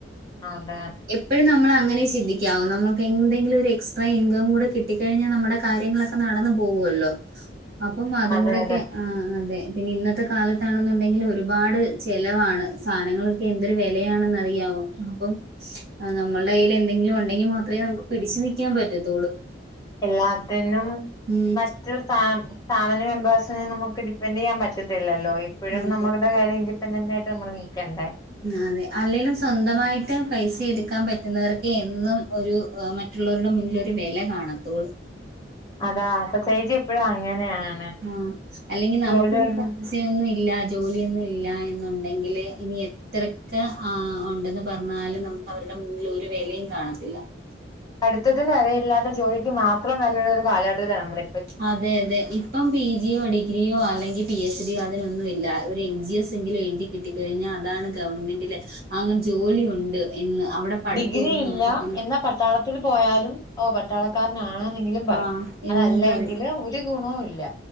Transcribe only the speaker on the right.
ഇപ്പോഴും നമ്മൾ അങ്ങനെ ചിന്തിക്കാവും നമ്മുക്ക് എന്തെിലും ഒരു എക്സ്ട്രാ ഇൻകം കൂടെ കിട്ടി കഴിഞ്ഞാൽ നമ്മുടെ കാര്യങ്ങളൊക്കെ നടന്ന് പോകുമല്ലോ അപ്പം അതും
കൂടെക്കെ
അതെ പിന്നെ ഇന്നത്തെ കാലത്താണെന്നുണ്ടെങ്കിൽ ഒരുപാട് ചെിലവാണ് സാധനങ്ങൾക്കൊക്കെ എന്തൊരു വിലയാണെന്ന് അറിയാവോ അപ്പം നമ്മളുടെ കയ്യിൽ എന്തെങ്കിലും ഉണ്ടെങ്കിൽ മാത്രമേ നമുക്ക് പിടിച്ചു നിൽക്കാൻ പറ്റത്തുള്ളൂ
ഉം
അതെ
അതെ അല്ലെങ്കലും സ്വന്തമായിട്ട് പൈസ എടുക്കാൻ പറ്റുന്നവർക്ക് എന്നും ഒരു മറ്റുള്ളവരുടെ മുന്നിൽ ഒരു വില കാണത്തുള്ളൂ
ആഹ അല്ലെങ്കിൽ നമുക്കിനി
<unintelligible> ഇല്ലാത് ജോലിയൊന്നും ഇല്ല എന്നുണ്ടെങ്കില് ഇനി എത്രക്കെ ആ ഉണ്ടന്ന് പറഞ്ഞാലും നമുക്ക് അവരുടെ മുന്നിൽ ഒരു വിലയും കാണത്തില്ല
അതെ അതെ ഇ ഇപ്പം പി ജിയോ ഡിഗ്രിയോ അല്ലെങ്കിൽ പി എച്ച് ഡിയോ അതിനൊന്നുമില്ല ഒരു എൽജി എസ് എങ്കിലും എഴുതി കിട്ട കഴിഞ്ഞാൽ അതാണ് ഗവൺമെന്റില് അങ്ങനെ ജോലിയ ഉണ്ട് എന്ന് അവിടെ പഠിത്തൊന്നും
നോക്കത്തില്ല
ആഹ്
എന്ന് പറയും